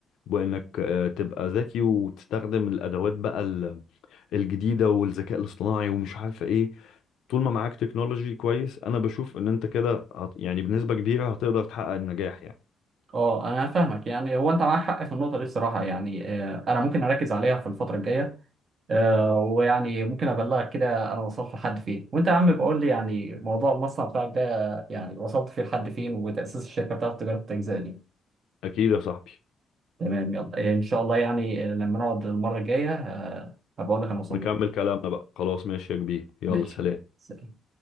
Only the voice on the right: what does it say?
اه انا فاهمك يعني هو انت معاك حق في النقطه دي بصراحه يعني آه، انا ممكن اركز عليها في الفتره الجايه آه، ويعني ممكن ابلغك كده انا وصلت لحد فين وانت يا عم بقول لي يعني موضوع المصنع بتاعك ده يعني وصلت فيه لحد فين وتاسيس الشركه بتاعت تجاره التجزئه دي
تمام يلا إيه، ان شاء الله يعني لما نقعد المره الجايه آه، هبقول لك انا وصلت
ماشي
سلام.